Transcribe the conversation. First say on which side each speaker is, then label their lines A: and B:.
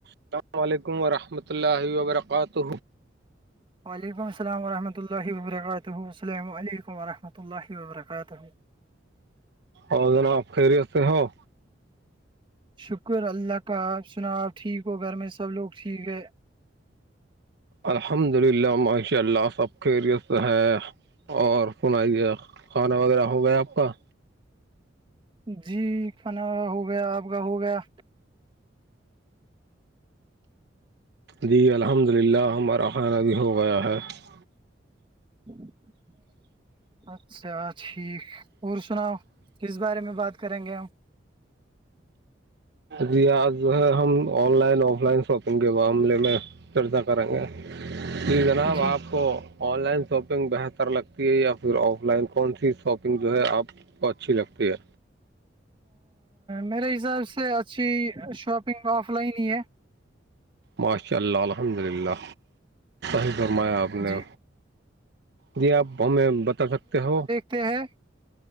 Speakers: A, on the right; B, on the right.
A: السلام علیکم ورحمۃ اللہ وبرکاتہ
B: وعلیکم السلام ورحمۃ اللہ وبرکاتہ السلام علیکم ورحمۃ اللہ وبرکاتہ
A: اور جناب خیریت سے ہو
B: شکر اللہ کا آپ سنا آپ ٹھیک ہو گھر میں سب لوگ ٹھیک ہے
A: الحمد للہ ماشاء اللہ سب خیریت ہے اور سنائیے کھانا وغیرہ ہو گیا آپ کا
B: جی کھانا ہو گیا آپ کا ہو گیا
A: جی الحمد للہ ہمارا خان ابی ہو گیا ہے <unintelligible>
B: ہ <unintelligible> اچھا ٹھیک اور سناؤ کس بارے میں بات کریں گے ہم
A: جی آج جو ہے ہم online offline shopping کے معاملے میں چرچا کریں گے جی جناب
B: جی
A: آپ کو آن لائن شاپنگ بہتر لگتی ہے یا پھر آف لائن کون سی شاپنگ جو ہے آپ تو اچھی لگتی ہے
B: میرے حساب سے اچھی شاپنگ آف لائن ہی ہے
A: ماشاء اللہ الحمد للہ ہی فرمایا آپ نے
B: جی
A: جی آپ ہمیں بتا سکتے ہو
B: کہ ہے <unintelligible>